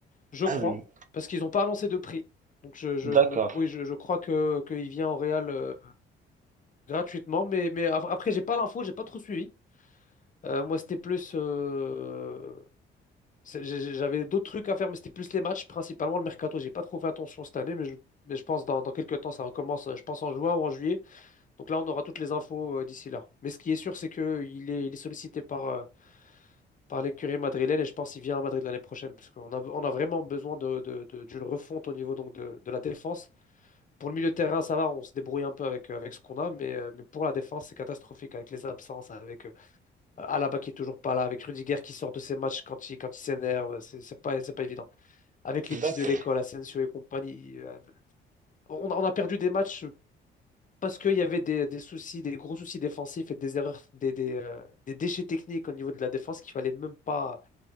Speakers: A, on the left (about 40°); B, on the right (about 40°).
A: je
B: Ah
A: crois,
B: oui.
A: parce qu'ils n'ont pas annoncé de prix. Donc je, je-
B: D'accord,
A: oui, je, je crois que qu'il vient au Real euh, gratuitement, mais, mais af- après, j'ai pas l'info, j'ai pas trop suivi. Euh, moi, c'était plus. euh, c'est- j'ai- j'avais d'autres trucs à faire, mais c'était plus les matchs, principalement le mercato. J'ai pas trop fait attention cette année, mais je, mais je pense dans, dans quelques temps, ça recommence, je pense en juin ou en juillet. Donc là, on aura toutes les infos euh, d'ici là. Mais ce qui est sûr, c'est qu'il est, il est sollicité par, euh, par l'écurie madrilène et je pense qu'il vient à Madrid l'année prochaine parce qu'on a, on a vraiment besoin de, de- de- d'une refonte au niveau donc de, de la défense. Pour le milieu de terrain, ça va, on se débrouille un peu avec, euh, avec ce qu'on a, mais, euh, mais pour la défense, c'est catastrophique avec les absences, avec euh, Alaba qui est toujours pas là, avec Rudiger qui sort de ses matchs quand il, quand il s'énerve, c'est c'est pas, c'est pas évident. Avec les petits
B: d'accord,
A: de l'école, Asensio et compagnie, euh, on, a- on a perdu des matchs. Parce qu'il y avait des, des soucis, des gros soucis défensifs et des erreurs, des, des, euh, des déchets techniques au niveau de la défense qu'il fallait même pas,